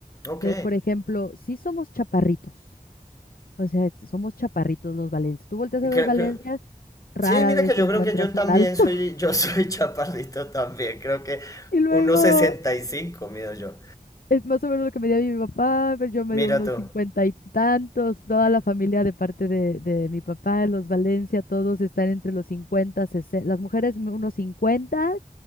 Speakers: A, on the left; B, on the left.
A: ok.
B: Entonces, por ejemplo, sí somos chaparritos. O sea, somos chaparritos los Valencias. Tú volteas a
A: Creo,
B: ver Valencias, rara
A: Sí, mira
B: vez
A: que
B: te
A: yo
B: encuentras
A: creo que yo también
B: un alto.
A: soy,
B: <laughs>
A: yo soy <laughs> chaparrito también, creo que
B: Y luego
A: unos 65, mido yo.
B: es más o menos lo que me dio mi papá, pero yo me
A: Mira
B: dio unos
A: tú.
B: cincuenta y tantos. Toda la familia de parte de, de mi papá, los Valencia, todos están entre los 50, 60. Las mujeres unos 50,